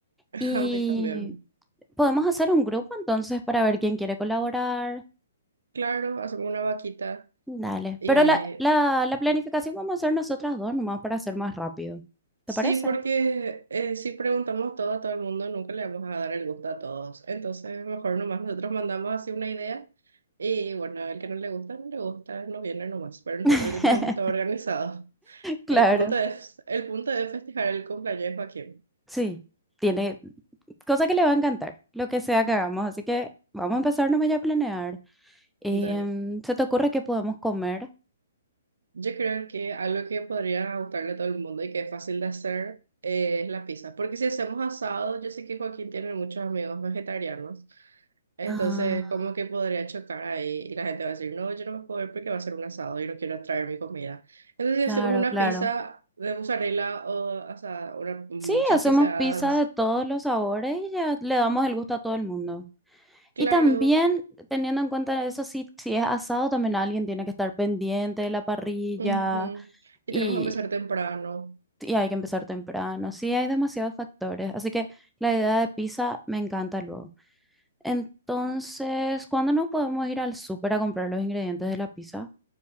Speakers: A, on the right; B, in the centre.
A: <laughs>
B: Y
A: a mí también.
B: podemos hacer un grupo entonces para ver quién quiere colaborar.
A: Claro, hacemos una vaquita
B: Dale.
A: y
B: Pero la, la, la planificación vamos a hacer nosotras dos nomás para hacer más rápido. ¿Te
A: Sí,
B: parece?
A: porque eh, si preguntamos todo a todo el mundo, nunca le vamos a dar el gusto a todos. Entonces, mejor nomás nosotros mandamos así una idea y bueno, el que no le gusta, no le gusta, no viene nomás. Pero nosotros
B: <laughs>
A: ya tenemos todo organizado.
B: Claro.
A: El punto es, el punto es festejar el cumpleaños de Joaquín.
B: Sí. Tiene. cosa que le va a encantar, lo que sea que hagamos. Así que vamos a empezar nomás ya a planear. Em,
A: Dale.
B: ¿se te ocurre qué podemos comer?
A: Yo creo que algo que podría gustarle a todo el mundo y que es fácil de hacer eh, es la pizza. Porque si hacemos asado, yo sé que Joaquín tiene muchos amigos vegetarianos. Entonces,
B: Ah,
A: ¿cómo que podría chocar ahí? Y la gente va a decir, no, yo no me puedo ir porque va a ser un asado y no quiero traer mi comida. Entonces,
B: claro,
A: si hacemos una
B: claro.
A: pizza de mozzarella o, o sea, una- muchas
B: Sí, hacemos
A: pizzas,
B: pizza de todos los sabores y ya le damos el gusto a todo el mundo.
A: claro.
B: Y también, teniendo en cuenta eso, si, si es asado, también alguien tiene que estar pendiente de la parrilla
A: ujú. Y
B: y,
A: tenemos que empezar temprano.
B: y hay que empezar temprano. Sí, hay demasiados factores. Así que la idea de pizza me encanta luego. Entonces, ¿cuándo nos podemos ir al súper a comprar los ingredientes de la pizza?